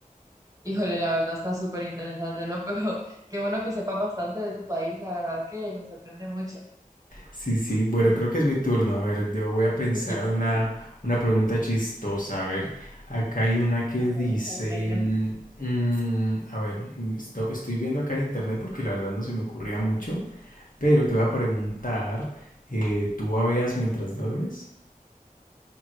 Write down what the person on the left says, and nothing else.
Sí, sí. Bueno, creo que es mi turno. A ver, yo voy a pensar
una,
una pregunta chistosa. A ver, acá hay una que
dice...
mm, mm, a ver, esto- estoy viendo acá en internet porque la verdad no se me ocurría mucho. Pero te voy a preguntar, eh, ¿tú babeas mientras duermes?